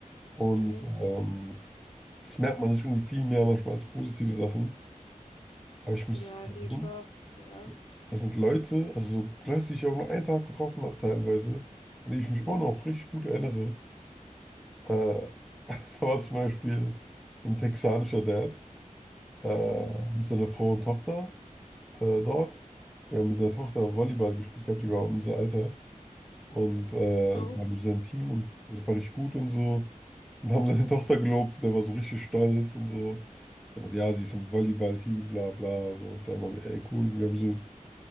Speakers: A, in the centre; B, on the left.
A: Und
B: Mhm.
A: ähm, das merkt man sich irgendwie viel mehr manchmal als positive Sachen. Aber ich muss
B: Ja,
A: sagen,
B: nee, klar. Ja,
A: Das sind Leute, also so Leute, die ich auch nur einen Tag getroffen habe teilweise, an die ich mich immer noch richtig gut erinnere. Äh, <laughs> da war zum Beispiel so ein texanischer Dad äh,
B: Mhm.
A: mit seiner Frau und Tochter äh, dort. Wir haben mit seiner Tochter Volleyball gespielt gehabt, die war unser Alter. Und äh,
B: Auch.
A: wir haben sein Team und sie war richtig gut und so. Und haben seine Tochter gelobt, der war so richtig stolz und so. Aber ja, sie ist im Volleyballteam, bla bla. So. Und dann haben wir, ey cool, und wir haben so